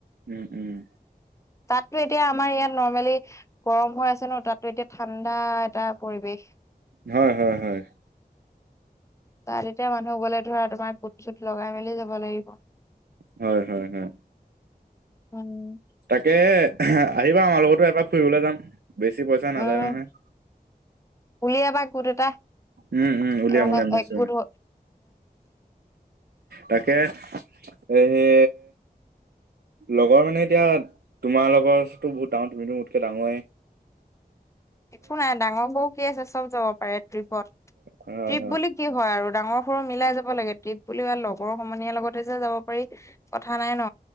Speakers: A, on the right; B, on the left.
A: উম উম।
B: তাততো এতিয়া আমাৰ ইয়াত নৰ্মেলি গৰম হৈ আছে ন, তাততো এতিয়া ঠাণ্ডা এটা পৰিৱেশ।
A: হয় হয় হয়।
B: তাত তেতিয়া মানুহ গলে, ধৰা তোমাৰ কুট চুট লগাই মেলি যাব লাগিব।
A: হয় হয় হয়,
B: উম।
A: তাকেহে আহিবা আমাৰ লগতো এবাৰ ফুৰিবলৈ যাম, বেছি পইচা নাযায়
B: উম,
A: নহয়।
B: উলিয়াবা গোট এটা,
A: উম উম উলিয়াম
B: মানে
A: উলিয়াম নিশ্চয়
B: এক গোট হ
A: তাকে এই লগৰ মানে এতিয়া, তোমাৰ লগৰটো বহুত ডাঙৰ তুমিতো মোতকে ডাঙৰেই।
B: একো নাই ডাঙৰ সৰু কি আছে, চব যাব পাৰে ট্ৰিপত,
A: হয় হয়
B: ট্ৰিপ বুলি কি হয় আৰু। ডাঙৰ সৰু মিলাই যাব লাগে ট্ৰিপ বুলি লগৰ সমনীয়াৰ লগতে যে যাব পাৰি কথা নাই ন।